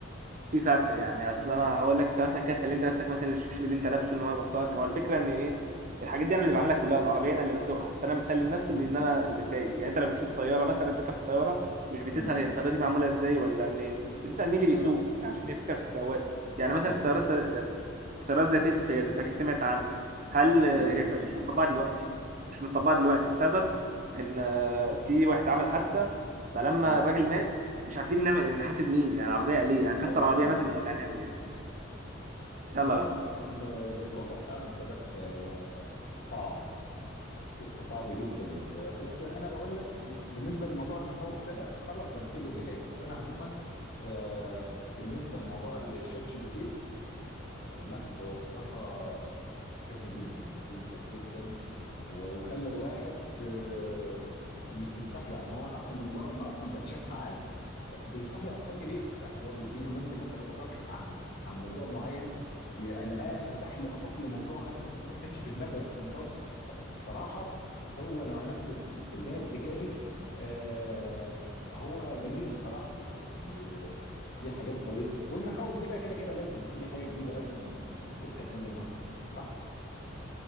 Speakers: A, on the right; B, on the left.
A: في فرق يعني اصل انا هقول لك انت مثلا كده سلمت نفسك مثلا الشبشب اللي انت لابسه ان هو يوصلك هو الفكره ان ايه الحاجات دي انا اللي بعملها كلها العربيه انا اللي بسوقها فانا مسلم نفسي
B: مم.
A: لان انا اللي سايق يعني انت لو بتشوف طياره مثلا تركب في الطياره مش بتسال
B: مم.
A: هي الطياره دي معموله ازاي ولا منين بتسال مين اللي بيسوق
B: اه
A: عشان يفكر في السواق يعني مثلا
B: بالظبط
A: السياره السيارات ذاتية القيادة أنت أكيد سمعت عنها هل
B: ايوه
A: آه، هي
B: ايوه سمعت
A: ف- مش
B: عنها
A: متطبقة
B: ايوه
A: دلوقتي مش متطبقة دلوقتي بسبب إن آه، في واحد عمل حادثة فلما
B: اه
A: الراجل مات مش عارفين نعمل نحاسب مين يعني عربية آلية هنكسر
B: ايوه
A: العربية
B: ايوه
A: مثلا
B: ايوه
A: ولا هنعمل إيه يلا
B: لا
A: بقى
B: لا لا ال- ال- الوضع فعلا بدأ آه، يبقى صعب بيبقى صعب جدا بس انا بقول لك يعني بالنسبه لموضوع المخاوف ده خلاص هنسيبه اللي جاي بس انا عموما آه، بالنسبه لموضوع الشات جي بي تي آه، لا هو بصراحه فادني جدا جدا جدا و- وخلى الواحد آه، ي- تفتح له يعني هو انا اصلا بمجرد ما اصلا بتشات معاه بيفتح لي افكار جديده يعني هو بيديني ممكن مثلا اكون ببحث عن عن موضوع معين ي- القاه فتح لي افاق لموضوع انا ما كنت ما كانش في دماغي اصلا خالص ف- فبصراحه هو لو هناخده في في الجانب الايجابي آه، فهو جميل بصراحه يعني آه، في حاجات كويسه والمخاوف دي بقى كده كده لازم اي حاجه جديده لازم هنكون خايفين منها اصلا صح